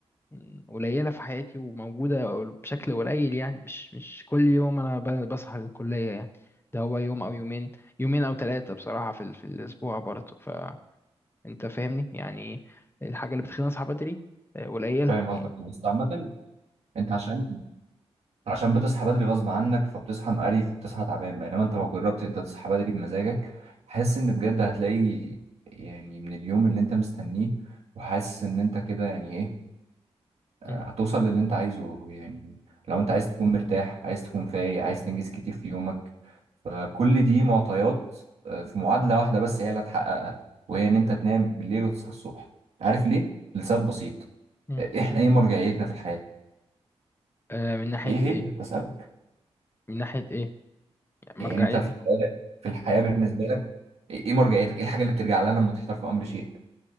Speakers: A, on the left (about 20°); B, on the right (about 70°).
A: م، قليلة في حياتي وموجودة بشكل قليل يعني مش مش كل يوم أنا ب- بصحى للكلية يعني ده هو يوم أو يومين يومين أو ثلاثة بصراحة في, ال- في الأسبوع برضه فأنت فاهمني يعني الحاجة اللي بتخليني أصحى بدري آه، قليلة
B: فاهم قصدك
A: يعني
B: بس عامة انت عشان عشان بتصحى بدري غصب عنك فبتصحى مقريف وبتصحى تعبان بينما انت لو جربت انت تصحى بدري بمزاجك حاسس ان بجد هتلاقي يعني من اليوم اللي انت مستنيه وحاسس ان انت كده يعني إيه هتوصل
A: مم.
B: للي انت عايزه يعني لو انت عايز تكون مرتاح عايز تكون فايق عايز تنجز كتير في يومك فكل دي معطيات آه، في معادلة واحدة بس هي اللي هتحققها وهي ان انت تنام بالليل وتصحى الصبح عارف ليه؟ لسبب بسيط
A: مم.
B: آه، احنا ايه مرجعيتنا في الحياة؟
A: آه، من ناحية
B: ايه هي؟
A: إيه؟
B: بسألك
A: من ناحية إيه؟ يعني
B: يعني
A: مرجعيا
B: انت في الحياة في الحياة بالنسبة لك ايه إيه مرجعيتك؟ ايه الحاجة اللي بترجع لها لما تحتار في امر شيء؟